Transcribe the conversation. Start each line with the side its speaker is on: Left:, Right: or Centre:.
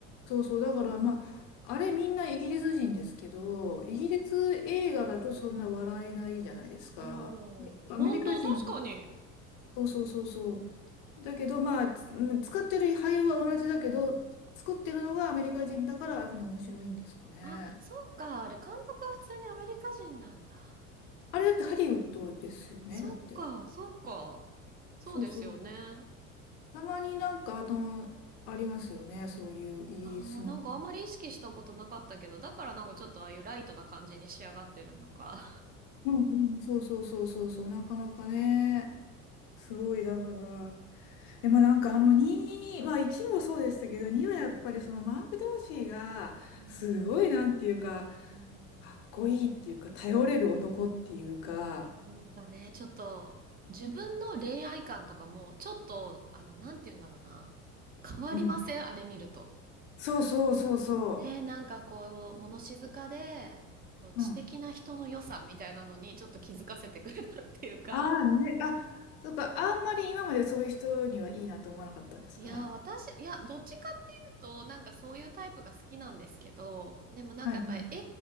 Left: そうそう、だからまあ、あれみんなイギリス人ですけど、イギリス映画だとそんな笑えないじゃないですか。
Right: うん。
Left: アメリカ人、
Right: 本当、確かに。
Left: そうそうそうそう。だけどまあ、つうん使ってる俳優は同じだけど、作ってるのがアメリカ人だからああいうふうに面白いんですかね。
Right: あ、そうか。あれ、監督は普通にアメリカ人なんだ。
Left: あれだってハリウッドですよね、
Right: そっか、
Left: だって。
Right: そっか。そうですよね。
Left: そうそう。たまになんか、あの、ありますよね、そういうイギリスの話。
Right: ああ、なんかあんまり意識したことなかったけど、だからなんかちょっとああいうライトな感じに仕上がってるのか。
Left: うんうん、そうそうそうそうそう、なかなかね、すごいだから。でもなんかあの2、まあ1もそうでしたけど、2はやっぱりそのマーク・ドーシーが、
Right: うん、
Left: すごいなんていうか、
Right: うん、
Left: かっこいいっていうか、頼れる男っていうか、
Right: いやなんかね、ちょっと、自分の恋愛観とかも、ちょっと、あの、なんて言うんだろうな。変わりませんあれ見ると。
Left: うん。そうそうそうそ
Right: えなんかこう、物静かで、こう知的な人の良さみたいなのに、
Left: う。うん。
Right: ちょっと気づかせてくれたっていうか。
Left: ああね、あ、そうか、あんまり今までそういう人にはいいなと思わなかったんですか
Right: いやー、私、いや、どっちかっていうと、なんかそういうタイプが好きなんですけど、でもなんかやっぱり映
Left: はいはい。